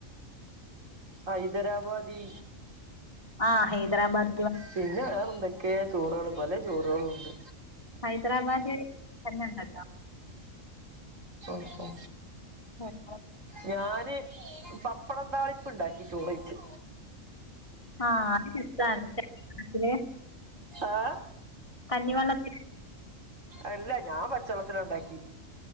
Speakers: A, on the right; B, on the left.
A: ഹൈദരാബാദി
B: ആ ഹൈദരാബാദ്
A: പിന്നെ വേറെ എന്തൊക്കെയ ചോറുകള് പല ചോറുകളും ഉണ്ട്
B: ഹൈദരാബാദി <unintelligible> തന്നെ ഉണ്ടല്ലോ
A: ഓ ഓ
B: ആഹ്
A: ഞാന് പപ്പടം താളിപ്പ്ണ്ടാക്കി ചോറയ്ച്ച്
B: ആഹ് അത്‌ രസാണ് കഞ്ഞി വെള്ളത്തില്
A: ആ
B: കഞ്ഞിവെള്ളത്തില്
A: അല്ല ഞാൻ പച്ചവെള്ളത്തിലാണ്ടാക്കി